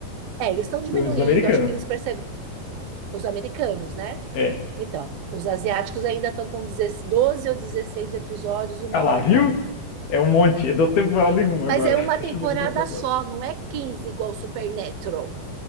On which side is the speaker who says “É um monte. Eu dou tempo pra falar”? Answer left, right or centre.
Left